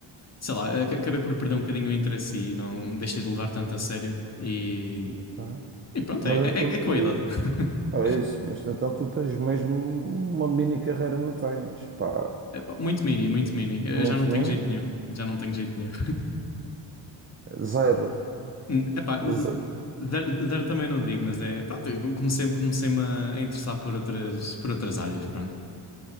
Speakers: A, on the left; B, on the right.
A: sei lá, ac- acabei por perder um bocadinho o interesse e não deixei de levar tanto a sério. E,
B: ok.
A: e pronto,
B: Mas
A: é, é,
B: então tu
A: é com a idade. <laughs>
B: Ah, é isso, mas então tu tens mesmo uma mini carreira no ténis, pá,
A: Epá, muito mini, muito mini. Eu
B: muito
A: já não tenho
B: bem,
A: jeito nenhum. Já não tenho jeito nenhum.
B: zero,
A: Hum, Epá, n-
B: zero.
A: zero, zero também não digo, mas é. Pronto, eu comecei, comecei-me a a interessar por outras, por outras áreas, pronto.